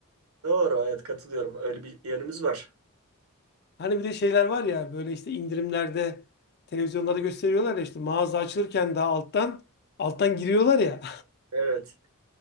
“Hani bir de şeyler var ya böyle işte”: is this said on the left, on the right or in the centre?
Left